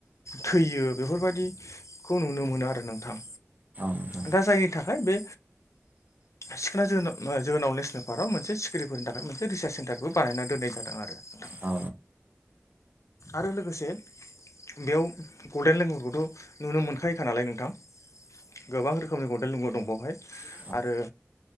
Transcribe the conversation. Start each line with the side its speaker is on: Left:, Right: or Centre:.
Left: थैयो बेफोरबायदिखौ नुनो मोनो आरो नोंथां।
Right: नोंथां
Left: दा जायनि थाखाय बे सिखोनना जोहो जोहोलाव नेसनेल पार्कआव मोनसे सिखिरिफोरनि थाखाय मोनसे रिसार्च सेन्टारबो बानायनानै दोननाय जादों आरो। <inaudible>
Right: आ
Left: आरो लोगोसे बेयाव गल्डेन लेंगुरखौथ' नुनो मोनखायोखा नालाय नोंथां। गोबां रोखोमनि गन्देल ल दं बेवहाय
Right: औ
Left: आरो